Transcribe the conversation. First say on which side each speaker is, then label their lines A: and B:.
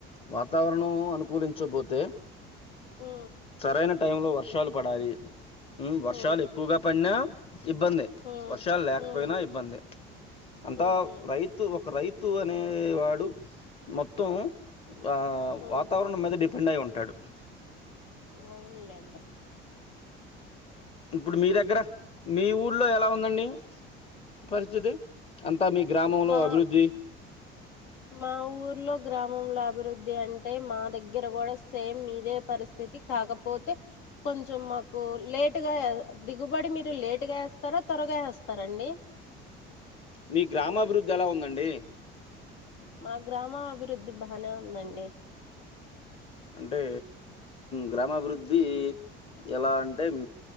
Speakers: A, on the left (about 30°); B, on the left (about 75°).
A: వాతావరణం అనుకూలించబోతే
B: ఉ
A: సరైన టైం లో వర్షాలు పడాలి వర్షాలు
B: ఉ
A: ఎక్కువగా పడినా ఇబ్బంది
B: ఉ
A: వర్షాలు లేకపోయినా
B: ఉ
A: ఇబ్బందే అంతా
B: ఉహు
A: రైతు ఒక రైతు అనే వాడు మొత్తం ఆ
B: ఉ
A: వాతావరణం మీద డిపెండ్ అయ్యి ఉంటాడు
B: అవునులేండి
A: ఇప్పుడు మీ దగ్గర మీ ఊర్లో ఎలా ఉందండి పరిస్థితి అంతా మీ గ్రామంలో
B: మా
A: అభివృద్ధి
B: మా ఊర్లో గ్రామంలో అభివృద్ధి అంటే మా దగ్గర కూడా సేమ్ మీదే పరి కాకపోతే కొంచం మాకు లేటుగా దిగుబడి మీరు లేట్గా వేస్తారా త్వరగా వేస్తారండి
A: మీ గ్రామాభివృద్ధి ఎలా ఉందండి
B: మా గ్రామ అభివృద్ధి బానే ఉందండి
A: అంటే గ్రామాభివృద్ధి
B: ఉమ్,
A: ఎలా అంటే